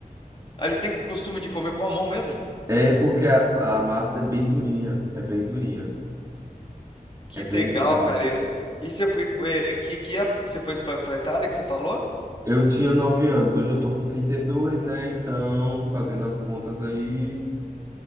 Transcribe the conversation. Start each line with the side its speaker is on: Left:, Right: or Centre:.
Left: ah, eles têm costume de comer com a mão mesmo?
Right: É porque a, a massa é bem durinha, é bem durinha,
Left: Que
Right: é bem
Left: legal,
Right: dura mesmo.
Left: cara. E, e você foi. eh, Que, que época que você foi pra, pra Itália que você falou?
Right: Eu tinha 9 anos, hoje eu tô com 32, né? Então, fazendo as contas aí,